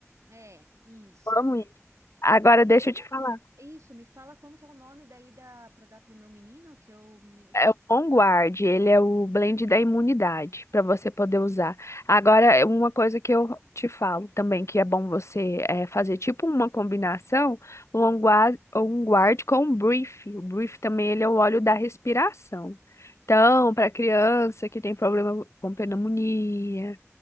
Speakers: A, on the right; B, on the left.
A: É, isso.
B: Eu amo isso. Agora
A: E daí,
B: deixa
A: como.
B: eu te falar.
A: Isso, me fala como que é o nome daí da, para dar pro meu menino, que eu. me-
B: É
A: Que...
B: o OnGuard, ele é o blend da imunidade para você poder usar. Agora, é uma coisa que eu te falo também, que é bom você eh, fazer tipo uma combinação, o OnGuard, OnGuard com o Brief. O Brief também ele é o óleo da respiração. Então,
A: Hum,
B: para criança que tem problema com pneumonia,